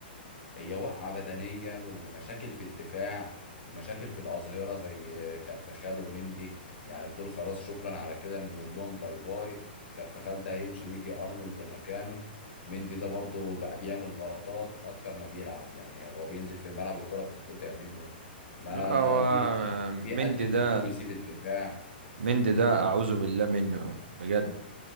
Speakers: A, on the left; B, on the right.
A: هي واقعة بدنيا ومشاكل في الدفاع ومشاكل في الأظهرة زي كارفخال ومندي يعني دول خلاص شكرا على كده نقول لهم باي باي كارفخال ده هيمشي ويجي أرنولد مكانه مندي ده برضه بقى بيعمل غلطات أكتر ما بيلعب يعني هو بينزل في الملعب الكرة بتتقطع منه ما
B: لا هو
A: بيطلع بيقدم
B: مندي ده
A: كتير ويسيب الدفاع
B: مندي ده أعوذ بالله منه بجد